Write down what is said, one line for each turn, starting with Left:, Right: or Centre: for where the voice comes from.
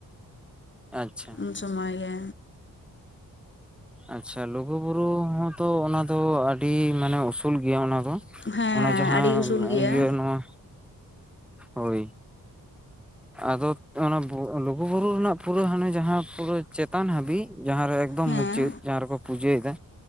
Centre: ᱟᱪᱪᱷᱟ
Left: ᱩᱱ ᱥᱚᱢᱚᱭ ᱜᱮ
Centre: ᱟᱪᱪᱷᱟ ᱞᱩᱜᱩ ᱵᱩᱨᱩ ᱦᱚᱸᱛᱚ ᱚᱱᱟ ᱫᱚ ᱟᱹᱰᱤ ᱢᱟᱱᱮ ᱩᱥᱩᱞ ᱜᱮᱭᱟ ᱚᱱᱟ ᱫᱚ
Left: ᱦᱮᱸ
Centre: ᱚᱱᱟ ᱡᱟᱦᱟᱸ
Left: ᱟᱹᱰᱤ ᱩᱥᱩᱞ ᱜᱮᱭᱟ
Centre: ᱤᱭᱟᱹ ᱱᱚᱣᱟ ᱦᱳᱭ ᱟᱫᱚ ᱚᱱᱟ ᱞᱩᱜᱩ ᱵᱩᱨᱩ ᱨᱮᱱᱟᱜ ᱯᱩᱨᱟᱹ ᱦᱟᱱᱮ ᱡᱟᱦᱟᱸ ᱯᱩᱨᱟᱹ ᱪᱮᱛᱟᱱ ᱦᱟᱹᱵᱤᱡ ᱡᱟᱦᱟᱸ ᱨᱮ ᱮᱠᱫᱚᱢ
Left: ᱦᱮᱸ
Centre: ᱢᱩᱪᱟᱹᱫ ᱡᱟᱦᱟᱸ ᱨᱮᱠᱚ ᱯᱩᱡᱟᱹᱭᱮᱫᱟ